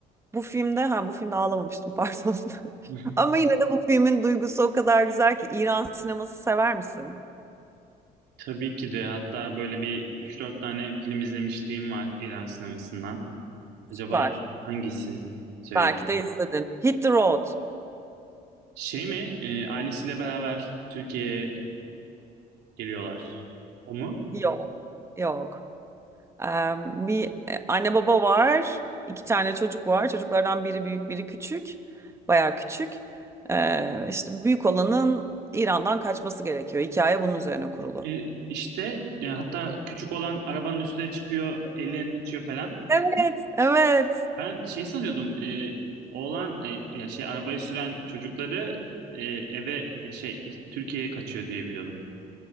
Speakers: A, on the right (about 15°); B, on the right (about 85°).
A: bu filmde ha bu filmde ağlamamıştım pardon. <laughs>
B: <laughs>
A: Ama yine de bu filmin duygusu o kadar güzel ki İran sineması sever misin?
B: Tabii ki de. Hatta böyle bir üç dört tane film izlemişliğim var İran sinemasından. Acaba
A: Süper.
B: hangisi söyleyeyim?
A: Belki de izledin. Hit the Road.
B: Şey mi? E, ailesiyle beraber Türkiye'ye geliyorlar. O mu?
A: Yok. Yok. Ee, bir e, anne baba var. iki tane çocuk var. Çocuklardan biri büyük, biri küçük. Bayağı küçük. Ee, işte büyük olanın İran'dan kaçması gerekiyor. Hikaye bunun üzerine kurulu.
B: E, işte e, hatta küçük olan arabanın üstüne çıkıyor, ellerini açıyor falan.
A: Evet, evet.
B: Ben şey sanıyordum e, oğlan e, ya şey arabayı süren çocukları e, eve ya şey Türkiye'ye kaçıyor diye biliyordum.